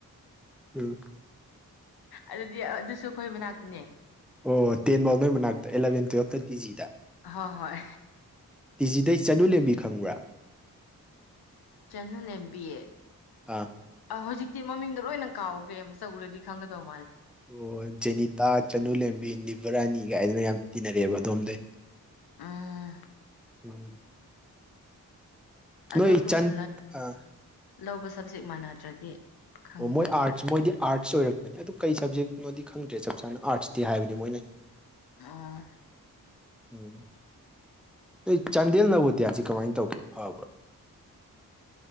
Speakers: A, in the centre; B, on the left.
A: ꯎꯝ
B: ꯑꯗꯨꯗꯤ ꯑꯗꯨꯁꯨ ꯑꯩꯈꯣꯏ ꯃꯅꯥꯛꯇꯅꯦ
A: ꯑꯣ ꯇꯦꯟꯐꯧ ꯅꯣꯏ ꯃꯅꯥꯛꯇ ꯑꯦꯂꯚꯦꯟ ꯇꯨꯋꯜꯐꯅ ꯇꯤ ꯖꯤ ꯗ
B: ꯍ ꯍꯣꯏ
A: ꯇꯤ ꯖꯤꯗꯩ ꯆꯅꯨ ꯂꯦꯝꯕꯤ ꯈꯪꯕ꯭ꯔꯥ
B: ꯆꯅꯨ ꯂꯦꯝꯕꯤ
A: ꯑꯥ
B: ꯍꯧꯖꯤꯛꯇꯤ ꯃꯃꯤꯡꯣ ꯂꯣꯏꯅ ꯀꯥꯎꯈ꯭ꯔꯦ ꯑꯃ ꯃꯁꯛ ꯎꯨꯔꯗꯤ ꯈꯪꯒꯗꯕ
A: ꯑꯣ ꯖꯦꯅꯤꯇꯥ ꯆꯅꯨ ꯂꯦꯝꯕꯤ ꯅꯤꯚꯔꯥꯅꯤꯒꯥꯏꯗꯅ ꯌꯥꯝ ꯇꯤꯟꯅꯔꯛꯑꯦꯕ ꯑꯗꯣꯝꯗꯩ
B: ꯎꯝ
A: ꯎꯝ
B: ꯑꯗꯣ
A: ꯅꯣꯏ
B: ꯑꯩꯈꯣꯏꯅ
A: ꯆꯟ ꯑꯥ
B: ꯂꯧꯕ ꯁꯕꯖꯦꯛ ꯃꯥꯟꯅꯗ꯭ꯔꯗꯤ ꯈꯪꯅꯗꯦ
A: ꯑꯣ ꯃꯣꯏ ꯑꯥꯔꯠꯁ ꯃꯣꯏꯗꯤ ꯑꯥꯔꯠꯁ ꯑꯣꯏꯔꯛꯄꯅꯤ ꯑꯗꯨ ꯀꯩ ꯁꯕꯖꯦꯛ ꯅꯣꯏꯗꯤ ꯈꯪꯗ꯭ꯔꯦ ꯆꯞ ꯆꯥꯅ ꯑꯥꯔꯠꯁꯇꯤ ꯍꯥꯏꯕꯅꯤ ꯃꯣꯏꯅ
B: ꯑꯥ
A: ꯎꯝ ꯑꯩ ꯆꯥꯟꯗꯦꯜ ꯅꯕꯣꯗꯤꯌꯥꯁꯤ ꯀꯃꯥꯏꯅ ꯇꯧꯒꯦ ꯐꯕ꯭ꯔꯥ <inaudible>